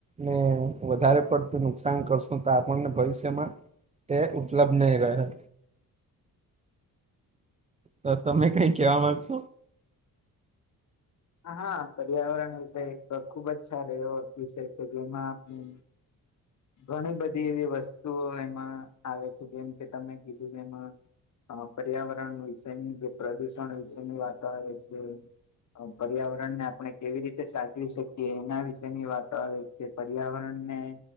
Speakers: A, on the right; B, on the left.
A: ને વધારે પડતું નુકસાન કરશું તો આપણને ભવિષ્યમાં તે ઉપલબ્ધ નહી રહે તો તમે કઈ કહેવા માંગશો
B: હા પર્યાવરણ વિષય ખુબ જ સારો એવો વિષય કે જેમાં આપણે ઘણી બધી એવી વસ્તુઓ એમાં આવે છે જેમ કે તમે કીધું કે એમાં હ પર્યાવરણ વિશેની જે પ્રદુષણ વિશે ની વાતો આવે છે પર્યાવરણ ને આપણે કેવી રીતે સાચવી શકીએ એના વિશે ની વાતો આવે છે કે પર્યાવરણને